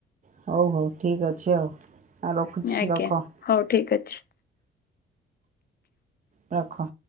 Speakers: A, on the right; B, on the left.
A: ହଉ ହଉ ଠିକ୍ ଅଛି ଆଉ, ଆ ରଖୁଛି
B: ଆଜ୍ଞା
A: ରଖ।
B: ହଉ ଠିକ ଅଛି।
A: ରଖ।